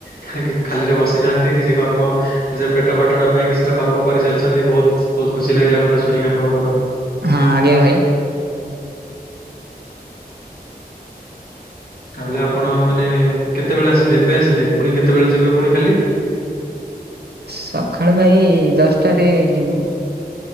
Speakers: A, on the left; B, on the right.
A: ଥାଙ୍କୟୁ ଖାଲିରେ ବସିନାହାନ୍ତି କିଛି କର୍ମ ନିଜେ ପେଟ ବାଟଣା ପାଇଁ କିଛି ତ କର୍ମ। କରିଚାଲିଛନ୍ତି ବହୁତ୍ ବହୁତ୍ ଖୁସି ଲାଗିଲା କଥା ଶୁଣିକି ଆପଣଙ୍କର।
B: ହଁ ଆଜ୍ଞା ଭାଇ!
A: ତାହେଲେ ଆପଣ ମାନେ କେତେବେଳେ ଆସିଲେ ଏବେ ଆସିଲେ ପୁଣି କେତେବେଳେ ଯିବେ ପୁଣି କାଲି
B: ସଖାଳେ ଭାଇ ଦଶଟାରେ ଯିବୁ?